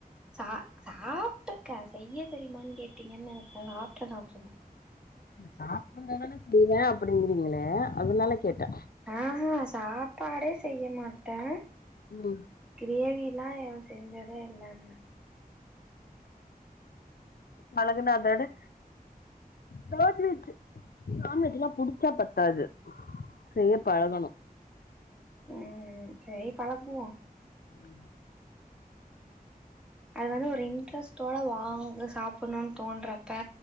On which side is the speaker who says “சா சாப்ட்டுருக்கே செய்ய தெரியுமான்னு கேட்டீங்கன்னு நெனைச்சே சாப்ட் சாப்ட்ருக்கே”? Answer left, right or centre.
Centre